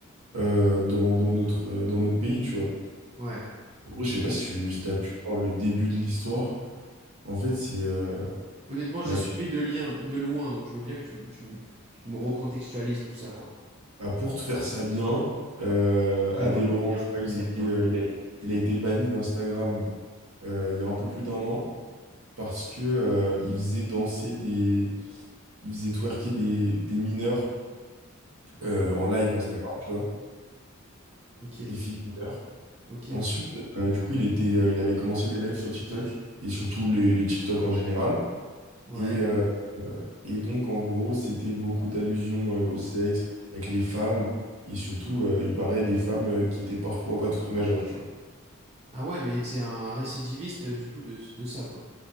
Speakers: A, on the right; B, on the right.
A: euh, dans, dans notre, euh, dans notre pays, tu vois.
B: Ouais.
A: En gros, je sais pas si tu as pu voir le début de l'histoire. En fait, c'est... euh,
B: Honnêtement,
A: bah,
B: j'ai suivi
A: tu-
B: de lien, de loin, donc je veux bien que tu, me- tu, me tu me recontextualises tout ça, quoi.
A: bah, pour te faire ça bien, euh, Adé
B: Moi,
A: Laurent,
B: bien,
A: tu vois, il
B: fais ça
A: était,
B: bien.
A: euh, il a, il a été banni d'Instagram euh, il y a un peu plus d'un an parce que, euh, il faisait danser des... Il faisait twerker des, des mineurs euh, en live Instagram, tu vois,
B: Ok,
A: des filles mineures.
B: ok,
A: Ensuite,
B: ok.
A: euh, du coup, il était, euh, il avait commencé les lives sur TikTok et surtout les, les TikTok en général.
B: Ouais.
A: Et, euh, euh, et donc, en gros, c'était beaucoup d'allusions euh, au sexe avec les femmes et surtout, euh, il paraît des femmes euh, qui étaient parfois pas toutes majeures, tu vois.
B: Ah ouais, mais c'est un récidiviste euh, du coup de, de ça, quoi.